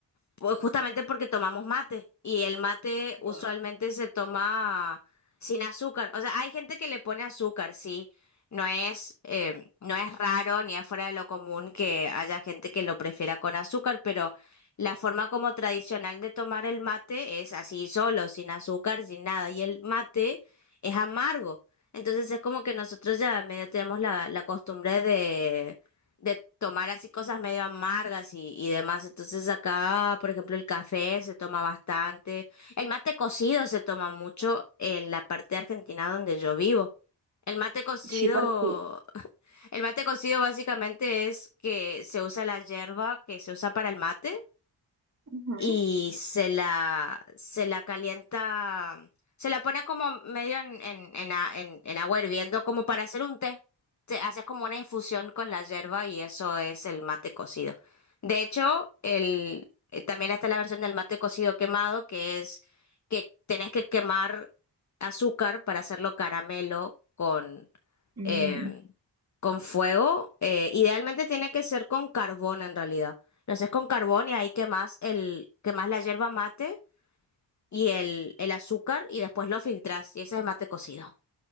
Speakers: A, on the left; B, on the right.
A: Pues justamente porque tomamos mate y el mate
B: Sí,
A: usualmente se toma sin azúcar. O sea, hay gente que le pone azúcar, sí. No es, eh, no es raro ni es fuera de lo común que haya gente que lo prefiera con azúcar, pero la forma como tradicional de tomar el mate es así solo, sin azúcar, sin nada. Y el mate es amargo. Entonces es como que nosotros ya medio tenemos la, la costumbre de tomar así cosas medio amargas y, y demás. Entonces acá, por ejemplo, el café se toma bastante, el mate cocido se toma mucho en la parte de Argentina donde yo vivo. El mate cocido,
B: Sí, porque,
A: <laughs> el mate cocido básicamente es que se usa la yerba que se usa para el mate
B: ujú,
A: y se la, se la calienta, se la pone como medio en, en, en, a- en- en agua hirviendo, como para hacer un té. Te haces como una infusión con la yerba y eso es el mate cocido. De hecho, el, eh, también está la versión del mate cocido quemado, que es que tenés que quemar azúcar para hacerlo caramelo con
B: mm,
A: eh, con fuego. eh, idealmente tiene que ser con carbón en realidad. Lo haces con carbón y ahí quemas el, quemas la yerba mate y el, el azúcar y después lo filtras y ese es mate cocido.